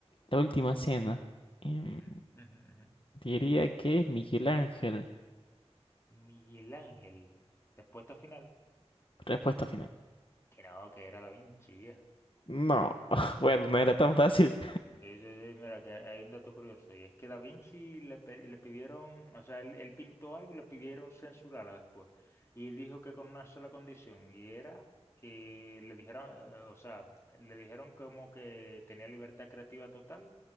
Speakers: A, on the left; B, on the left.
A: la última cena. Em,
B: <laughs>
A: diría que es Miguel Ángel.
B: Miguel Ángel. Respuesta final.
A: Respuesta final.
B: Que no, que era Da Vinci, viejo.
A: No, <laughs> bueno, no era tan fácil.
B: Sí, sí, sí, mira, que hay un dato curioso, y es que Da Vinci le, pe- le pidieron, o sea, él, él pintó algo y le pidieron censurarla después. Y él dijo que con una sola condición, y era que le dijeron, eh, o sea, le dijeron como que tenía libertad creativa total,